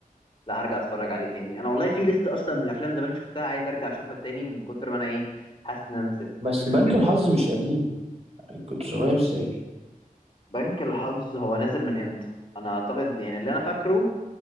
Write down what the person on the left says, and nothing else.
لا هرجع اتفرج عليه تاني انا والله في ليست اصلا من افلام زمان شفتها عايز ارجع اشوفها تاني من كتر ما انا ايه حاسس ان انا نسيتها
بنك الحظ هو نازل من امتى انا اعتقد يعني اللي انا فاكره